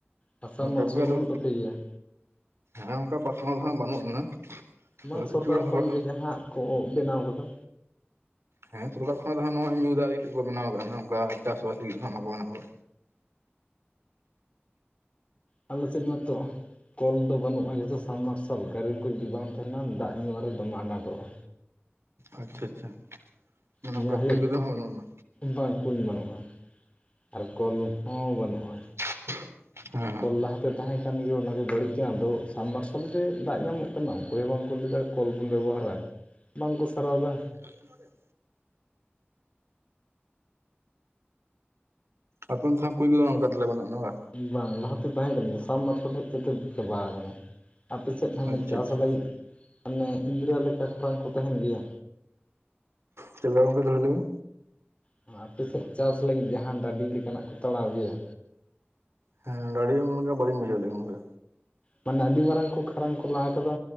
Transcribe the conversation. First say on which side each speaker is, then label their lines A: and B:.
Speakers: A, on the left (about 30°); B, on the right (about 85°).
A: ᱟᱥᱟᱢ
B: ᱚᱸᱻᱴ
A: ᱢᱟᱨᱥᱟᱞ
B: ᱴᱮᱯ ᱜᱮ ᱟᱫᱚ
A: ᱠᱚ ᱵᱟᱹᱱᱩᱜ ᱛᱟᱯᱮ ᱜᱮᱭᱟ
B: ᱦᱮᱸ ᱚᱝᱠᱟ ᱯᱟᱨᱥᱚᱱᱟᱞ ᱫᱚᱦᱟᱸᱜ ᱵᱟᱱᱩᱜ ᱟᱱᱟ᱾
A: ᱵᱟᱝ
B: ᱟᱫᱚ ᱠᱤᱪᱷᱩ
A: ᱥᱚᱨᱠᱟᱨ
B: ᱦᱚᱲᱟᱜ
A: ᱠᱷᱚᱱ
B: ᱚᱲᱟᱜ
A: ᱜᱮ ᱡᱟᱦᱟᱸ ᱠᱚ ᱵᱮᱱᱟᱣ ᱟᱠᱟᱫᱟ᱾
B: ᱦᱮᱸ ᱥᱚᱨᱡᱟᱨ ᱠᱷᱚᱱᱟᱜ ᱫᱚᱦᱟᱸᱜ ᱱᱚᱣᱟ ᱧᱩ ᱫᱟᱜ ᱞᱟᱹᱜᱤᱫ ᱜᱮᱠᱚ ᱵᱮᱱᱟᱣ ᱣᱟᱠᱟᱜ-ᱟ ᱱᱟᱦᱟᱜ ᱚᱱᱠᱟ ᱪᱟᱥᱼᱵᱟᱥ ᱞᱟᱹᱜᱤᱫ ᱫᱚᱦᱟᱸᱜ ᱵᱟᱠᱚ ᱵᱮᱱᱟᱣ ᱠᱟ
A: ᱟᱞᱮ ᱥᱮᱡ ᱢᱟᱛᱚᱼᱼ ᱠᱚᱞ ᱫᱚ ᱵᱟᱹᱱᱩᱜ-ᱟ ᱡᱚᱛᱚ ᱥᱟᱵᱽᱢᱟᱨᱥᱟᱞ ᱠᱟᱨᱮᱱᱴ ᱠᱚ ᱡᱩᱫᱤ ᱵᱟᱝ ᱛᱟᱦᱮᱱᱟ ᱫᱟᱜ ᱧᱩ ᱟᱨᱚ ᱫᱚᱢᱮ ᱟᱱᱟᱴᱚᱜ-ᱟ᱾
B: ᱟᱪᱪᱷᱟ ᱪᱷᱟ ᱢᱟᱱᱮ
A: ᱱᱤᱭᱟᱹ
B: ᱚᱱᱠᱟ
A: ᱦᱩᱭᱩᱜ
B: ᱠᱩᱸᱧ ᱠᱚᱫᱚ ᱦᱟᱸᱜ ᱵᱟᱹᱱᱩᱜ ᱟᱱᱟ᱾
A: ᱵᱟᱝ ᱠᱩᱧ ᱵᱟᱹᱱᱩᱜ-ᱟ ᱟᱨ ᱠᱚᱞ ᱦᱚᱸ ᱵᱟᱹᱱᱩᱜ-ᱟ᱾
B: <unintelligible> ᱦᱮᱸ᱾
A: ᱠᱚᱞ ᱞᱟᱦᱟ ᱛᱮ ᱛᱟᱦᱮᱸ ᱠᱟᱱ ᱜᱮᱭᱟ ᱚᱱᱟ ᱠᱚ ᱵᱟᱹᱲᱤᱡ ᱠᱟᱱᱟ ᱟᱫᱚ ᱥᱟᱵᱽᱢᱟᱨᱥᱟᱞ ᱜᱮ ᱫᱟᱜ ᱧᱟᱢᱚᱜᱼᱼ ᱠᱟᱱ ᱚᱠᱚᱭ ᱦᱚᱸ ᱵᱟᱝ ᱠᱚ ᱞᱟᱹᱭ ᱫᱟ ᱠᱚᱞ ᱵᱚᱱ ᱵᱮᱵᱚᱦᱟᱨᱟ ᱵᱟᱝ ᱠᱚ ᱥᱟᱨᱟᱣ ᱫᱟ᱾
B: ᱠᱷᱟᱰᱤᱜ ‌ᱢᱟᱰᱮᱜ ᱟᱯᱮ ᱚᱱᱛᱮ ᱫᱚᱦᱟᱸᱜ ᱠᱩᱭ ᱠᱚᱫᱚ ᱚᱱᱠᱟ ᱛᱟᱦᱞᱮ ᱵᱟᱹᱱᱩᱜ-ᱟᱱᱟ ᱵᱟ?
A: ᱩᱸ ᱵᱟᱝ ᱞᱟᱦᱟ ᱛᱮ ᱛᱟᱦᱮᱸ ᱠᱟᱱᱟ ᱥᱟᱵᱽᱢᱟᱨᱥᱟᱞ ᱦᱮᱡ ᱠᱟᱛᱮᱜ ᱪᱟᱵᱟ ᱟᱠᱟᱱᱟ᱾ ᱟᱯᱮ ᱥᱮᱜ ᱦᱟᱱᱮ
B: ᱟᱪᱪᱷᱟ
A: ᱪᱟᱥ
B: ᱟᱪᱪᱷᱟ
A: ᱞᱟᱜᱤᱫ ᱦᱟᱱᱮ ᱤᱱᱫᱽᱨᱟ ᱞᱮᱠᱟ ᱠᱷᱟᱨᱟᱝ ᱠᱚ ᱛᱟᱦᱮᱱ ᱜᱮᱭᱟ?
B: ᱪᱮᱜ ᱞᱮᱠᱟ ᱜᱚᱝᱠᱮ ᱫᱚᱦᱲᱟ‌ ᱞᱟᱹᱭ ᱢᱮ?
A: ᱦᱚᱸ ᱟᱯᱮ ᱥᱮᱜ ᱪᱟᱥ ᱞᱟᱹᱜᱤᱫ ᱡᱟᱦᱟᱸ ᱰᱟᱰᱤ ᱞᱮᱠᱟ ᱱᱟᱜ ᱠᱚ ᱛᱟᱲᱟᱣ ᱜᱮᱭᱟ?
B: ᱦᱮᱸ ᱰᱟᱰᱤ ᱚᱱᱠᱟ ᱵᱟᱞᱤᱧ ᱵᱩᱡᱷᱟᱹᱣ ᱞᱮᱜᱼᱟ ‌ᱜᱚᱝᱠᱮ!
A: ᱢᱟᱱᱮ ᱟᱹᱰᱤ ᱢᱟᱨᱟᱝ ᱠᱚ ᱠᱷᱟᱨᱟᱝ ᱠᱚ ᱞᱟ ᱠᱟᱫᱟ᱾